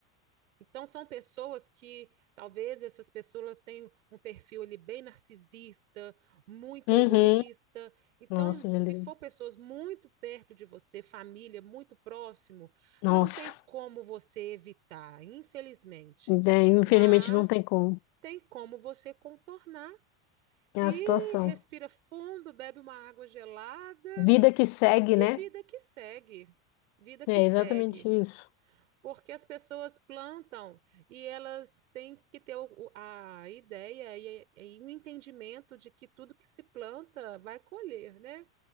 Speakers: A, on the right; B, on the left.
A: Então, são pessoas que talvez essas pessoas tenham um perfil ali bem narcisista, muito
B: Uhum.
A: egoísta. Então,
B: Nossa,
A: se
B: ele...
A: for pessoas muito perto de você, família muito próximo,
B: Nossa.
A: não tem como você evitar, infelizmente.
B: Daí, infelizmente
A: Mas
B: não tem como.
A: tem como você contornar
B: É
A: e
B: a situação.
A: respira fundo, bebe uma água gelada
B: Vida que segue,
A: e
B: né?
A: vida que segue, vida que
B: É
A: segue.
B: exatamente isso.
A: Porque as pessoas plantam e elas têm que ter o- o- a ideia e, e o entendimento de que tudo que se planta vai colher, né?